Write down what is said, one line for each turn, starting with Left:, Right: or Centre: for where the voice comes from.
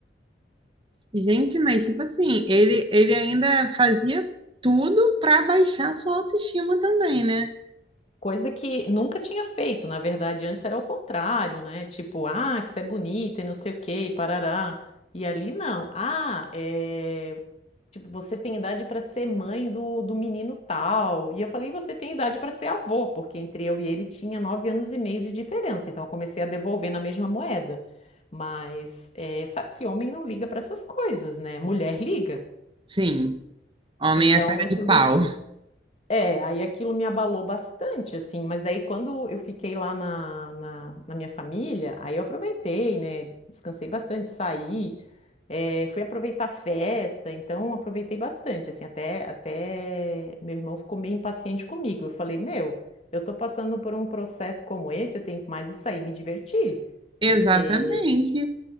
Right: Gente, mas tipo assim, ele, ele ainda fazia tudo para baixar a sua autoestima também, né?
Left: Coisa que nunca tinha feito, na verdade, antes era o contrário, né? Tipo, ah, que você é bonita e não sei o quê, e parará. E ali não. Ah, é, Tipo, você tem idade para ser mãe do, do menino tal. E eu falei, você tem idade para ser avô, porque entre eu e ele tinha nove anos e meio de diferença. Então eu comecei a devolver na mesma moeda. Mas é, sabe que homem não liga para essas coisas, né? Mulher liga.
Right: Sim. Homem
Left: Então
Right: é cara
Left: aquilo.
Right: de pau. <laughs>
Left: É, aí aquilo me abalou bastante, assim. Mas daí quando eu fiquei lá na, na, na minha família, aí eu aproveitei, né? Descansei bastante, saí. É, fui aproveitar a festa, então aproveitei bastante, assim, até, até meu irmão ficou meio impaciente comigo. Eu falei, meu, eu tô passando por um processo como esse, eu tenho mais isso aí, me divertir,
Right: Exatamente.
Left: porque